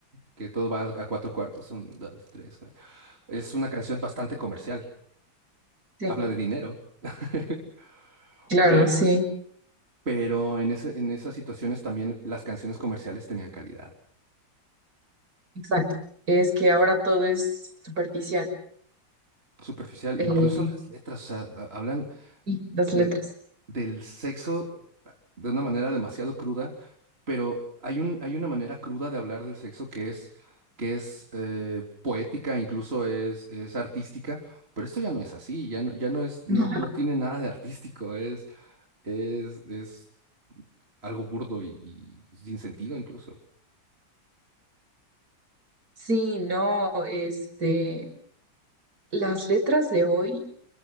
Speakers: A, on the right; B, on the right.
A: que todo va a cuatro cuartos, un, dos, tres, cuatro. Es una canción bastante comercial,
B: Sí,
A: habla de dinero, <laughs>
B: claro,
A: pe-
B: sí,
A: pero en ese- en esas situaciones también las canciones comerciales tenían calidad
B: exacto. Es que ahora todo es superficial.
A: superficial,
B: eh,
A: e incluso las letras, o sea, ha- hablan
B: y las
A: de,
B: letras. <laughs>
A: del sexo de una manera demasiado cruda pero hay un, hay una manera cruda de hablar del sexo que es, que es eh, poética, incluso es, es artística, pero esto ya no es así, ya no, ya no es, no,
B: No.
A: no tiene nada de artístico, es, es, es algo burdo y, y sin sentido incluso,
B: Sí, no, este, las letras de hoy.